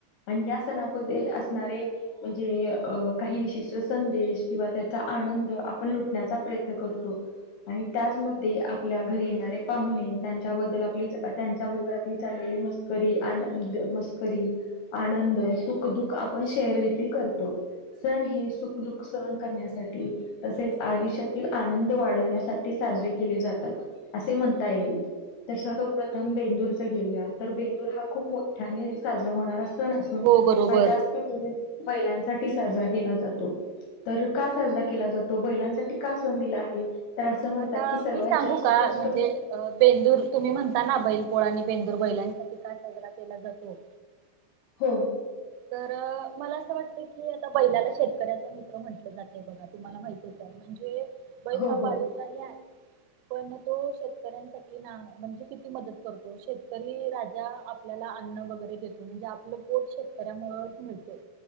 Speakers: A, on the left; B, on the right.
A: आणि या सणामध्ये असणारे म्हणजे अ काही विशिष्ट संदेश किंवा त्याचा आनंद आपण लुटण्याचा प्रयत्न करतो. आणि त्याचमध्ये आपल्या घरी येणारे पाहुणे. त्यांच्याबद्दल आपली त्यांच्याबरोबर आपली चाललेली मस्करी. आनंद मस्करी. आनंद, सुखदुःख आपण शेअर देखील करतो. सण हे सुखदुःख सहन करण्यासाठी तसेच आयुष्यातील आनंद वाढवण्यासाठी साजरे केले जातात. असे म्हणता येईल. तर सर्व प्रथम बेंदूरचा घेऊया. तर बेंदूर हा खूप मोठ्याने साजरा होणारा सण असून
B: हो बरोबर
A: हा जास्त करून बैलांसाठी साजरा केला जातो. तर का साजरा केला जातो. बैलांसाठी का सण दिला आहे. तर असं म्हणतात
B: आता
A: की सर्वात
B: मी सांगू
A: जास्त
B: का?
A: कष्ट
B: म्हणजे
A: कर
B: बेंदूर तुम्ही म्हणता ना बैलपोळा आणि बेंदूर बेंदूर बैलांसाठी का साजरा केला जातो.
A: हो.
B: तर मला असं वाटत की आता बैलाला शेतकऱ्याचा मित्र म्हटलं जातय बघा. तुम्हाला माहितच आहे.
A: <inaudible>
B: म्हणजे बैल हा
A: हो.
B: पाळीव प्राणी आहे. पण तो शेतकऱ्यांसाठी ना म्हणजे किती मदत करतो. शेतकरी राजा आपल्याला अन्न वगैरे देतो. म्हणजे आपलं पोट शेतकऱ्यामुळे मिळते.